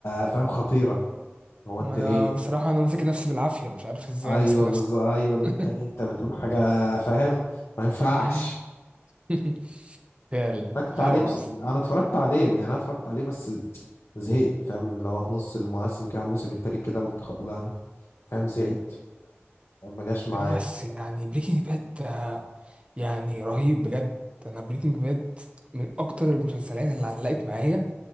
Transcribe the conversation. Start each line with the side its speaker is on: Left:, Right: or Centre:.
Left: فاهم خطيره هو
Right: ما
Left: انت
Right: انا
Left: ايه
Right: بصراحه انا ماسك نفسي بالعافيه مش عارف ازاي
Left: ايوه
Right: ماسك نفسي
Left: بالظبط ايوه اللي
Right: <laughs>
Left: انت انت بتقول حاجه فاهم ما ينفعش
Right: مم. <laughs> فعلا
Left: اتفرجت
Right: لا
Left: عليه
Right: هو
Left: بس انا اتفرجت عليه يعني انا اتفرجت عليه بس زهقت فاهم اللي هو في نص المواسم كده على الموسم التالت كده قلت خلاص لا انا فاهم زهقت ما جاش معايا
Right: ده بس يعني بريكنج باد يعني رهيب بجد انا بريكنج باد من اكتر المسلسلات اللي علقت معايا